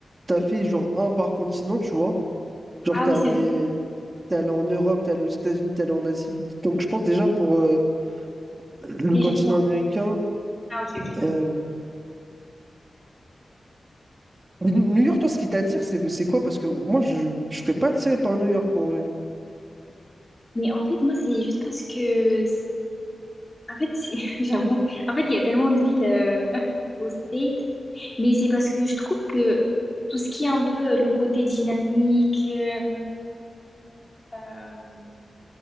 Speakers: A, on the right (about 30°); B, on the left (about 20°).
A: T'as fait genre un par continent, tu vois. Genre,
B: Ah
A: t'es
B: oui,
A: allé,
B: c'est vrai.
A: t'es allé en Europe, t'es allé aux États-Unis, t'es allé en Asie. Donc, je pense déjà pour euh, le
B: Déjà,
A: continent
B: non.
A: américain.
B: Ah ok, ok,
A: euh,
B: vas-y.
A: mais New New York, toi, ce qui t'attire, c'est c'est quoi? Parce que moi, je ne serais pas attiré par New York en vrai.
B: Mais en fait, moi, c'est juste parce que En fait, c'est- <laughs> j'avoue, en fait, il y a tellement de villes euh, <laughs> au State, mais c'est parce que je trouve que tout ce qui est un peu le côté dynamique, euh, euh, en